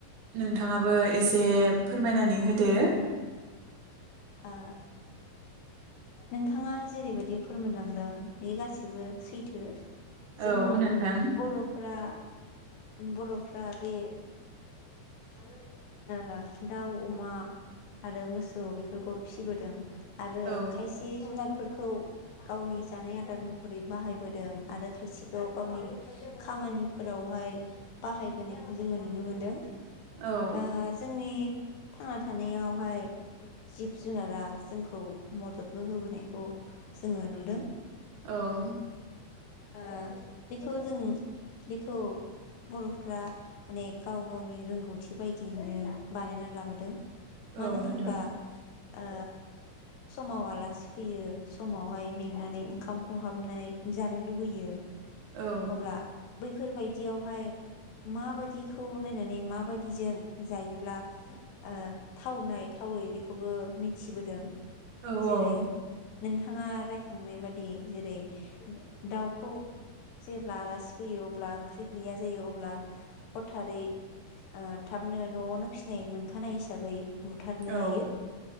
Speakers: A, on the right; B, on the left.
A: नोंथाङाबो एसे फोरमायनानै होदो।
B: आ नोंथाङा जेरैबायदि फोरमायलांदों बे गासिबो सैथो। जों
A: औ नोंथां
B: बर'फोरा बर'फ्रा बे ओ दाउ अमा आरो मोसौ बेफोरखौ फिसिबोदों। आरो
A: औ
B: से जुनारफोरखौ गावनि जानाय आदार महरै बाहायबोदों आरो खायसेखौ गावनि खामानिफोरावहाय बाहायबोनायखौ जोङो नुनो मोनदों। ओ
A: औ
B: जोंनि थांना थानायावहाय जिब जुनारआ जोंखौ मददबो होबोनायखौ जोङो नुदों
A: औ
B: ओ बेखौ जों बेखौ बर'फ्रा माने गाव गावनि रोंगौथि बायदियैनो बानायनानै लाबोदों मानो
A: औ नोंथां
B: होनबा ओ समाव आलासि फैयो समावहाय मेंनानै ओंखाम खहाबनाय जानो लुुबैयो
A: औ
B: अब्ला बैफोरबायदियावहाय माबायदिखौ नायनानै माबायदिजों जायोब्ला ओ थावनाय थावै बेखौबो मिथिबोदों
A: औ
B: जेरै
A: औ
B: नोंथाङा रायखांनाय बादि जेरै दाउखौ जेब्ला आलासि फैयो अब्ला ओंख्रि गैया जायो अब्ला हथारै ओ थाबनो न'आवनो फिसिनाय मोनखानाय हिसाबै बुथारनो
A: औ
B: हायो